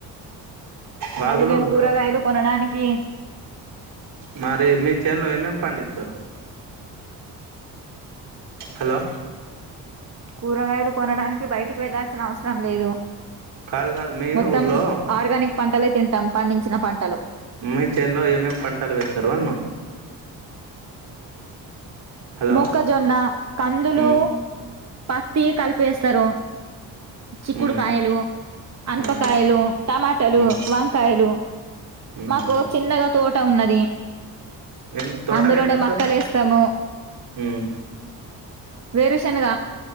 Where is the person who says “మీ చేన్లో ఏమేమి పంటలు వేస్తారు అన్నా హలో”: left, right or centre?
Right